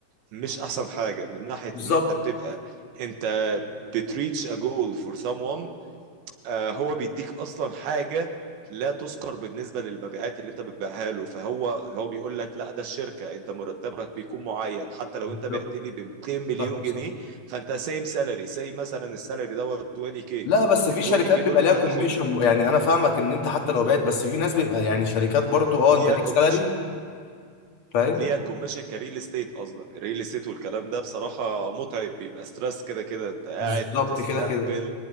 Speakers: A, on the right; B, on the left.
A: مش احسن حاجه من ناحيه
B: بالظبط
A: ان انت بتبقى انت بتريتش ا جول فور سام ون هو بيديك اصلا حاجه لا تذكر بالنسبه للمبيعات اللي انت بتبيعها له فهو هو بيقول لك لا ده الشركه انت مرتبك بيكون معين حتى لو
B: بالظبط
A: انت بعت لي ب 200 مليون
B: صح صح
A: جنيه فانت سيم سالري سي مثلا السالري دوت 20 كي
B: لا بس في
A: ال
B: شركات
A: 20 كي
B: بيبقى
A: دول انت
B: ليها كوميشن
A: هتاخدهم
B: يعني انا فاهمك ان انت حتى لو بعت بس في ناس بيبقى يعني شركات برضو اه
A: ليها
B: انت ليك
A: كوميشن
B: سالري فاهم
A: ليها كوميشن كريل استيت قصدك الريل استيت والكلام ده بصراحة متعب بيبقى ستريس كده كده انت قاعد
B: بالظبط
A: بتستقبل
B: كده كده